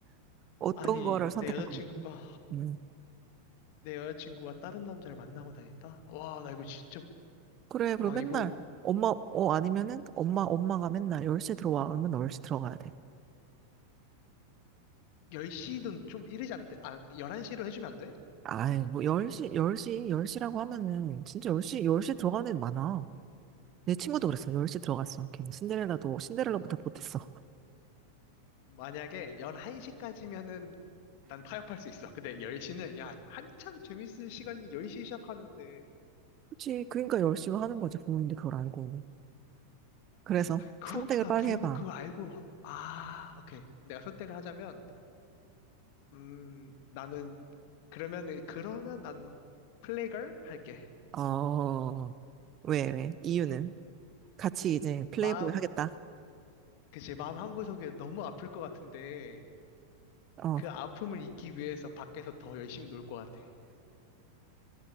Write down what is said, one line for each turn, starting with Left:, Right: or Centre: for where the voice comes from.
Right: 어떤
Left: 아니,
Right: 거를
Left: 내
Right: 선택할
Left: 여자친구가,
Right: 것 같아? 음
Left: 내 여자친구가 다른 남자를 만나고 다닌다? 와, 나 이거 진짜
Right: 그래 그리고
Left: 나
Right: 맨날
Left: 이거
Right: 엄마 어 아니면은 엄마 엄마가 맨날 10시에 들어와 그러면 10시 들어가야 돼?
Left: 10시는 좀 이르지 안 돼? 아, 11시로 해주면 안 돼?
Right: 아이 뭐 10시 10시 열 시라고 하면은 진짜 10시 열 시 들어가는 애 많아 내 친구도 그랬어 10시 들어갔어 걔는 신데렐라도 신데렐라보다 못했어
Left: 만약에 11시까지면은 난 타협할 수 있어. 근데 10시는 야, 한참 재밌을 시간이 10시 시작하는데.
Right: 그치. 그러니까 열심히 하는 거지, 부모님들 그걸 알고. 그래서
Left: 그렇구나.
Right: 선택을 빨리
Left: 부모님
Right: 해봐.
Left: 그거 알고 아, 오케이. 내가 선택을 하자면 음, 나는 그러면은 그러면 나는 플래걸 할게.
Right: 어, 왜, 왜? 이유는? 같이 이제 플레이보이
Left: 마음
Right: 하겠다.
Left: 그치 마음 한구석에 너무 아플 것 같은데
Right: 어,
Left: 그 아픔을 잊기 위해서 밖에서 더 열심히 놀 것 같아.